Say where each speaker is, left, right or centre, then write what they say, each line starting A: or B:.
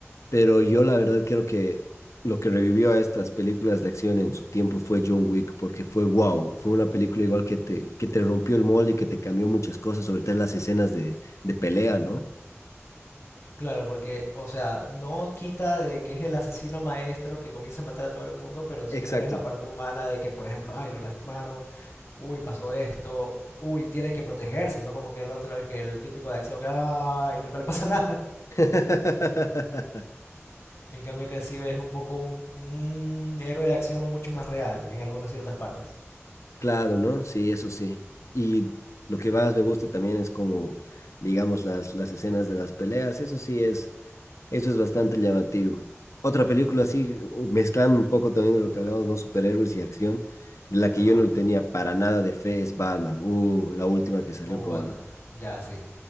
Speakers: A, on the left; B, on the left.
A: pero yo la verdad creo que lo que revivió a estas películas de acción en su tiempo fue John Wick, porque fue wow, fue una película igual que te, que te rompió el molde y que te cambió muchas cosas, sobre todo en las escenas de, de pelea, ¿no?
B: Claro, porque, o sea, no quita de que es el asesino maestro que comienza a matar a todo el mundo, pero sí
A: Exacto.
B: le ves la parte humana de que, por ejemplo, ay, lo lastimaron, uy, pasó esto, uy, tiene que protegerse, ¿no? Como que el otro es que el típico de acción que, ay, nunca le pasa <laughs> nada.
A: <laughs>
B: En cambio que sí ves un poco un, un héroe de acción mucho más real en algunas ciertas partes.
A: Claro, ¿no? Sí, eso sí. Y lo que más me gusta también es como, digamos, las, las escenas de las peleas, eso sí es Eso es bastante llamativo. Otra película así, mezclando un poco también de lo que hablábamos, ¿no? Superhéroes y acción, de la que
B: Ajá.
A: yo no tenía para nada de fe es Batman. Uh, la última que salió
B: Uh,
A: con...
B: Batman. Ya, sí.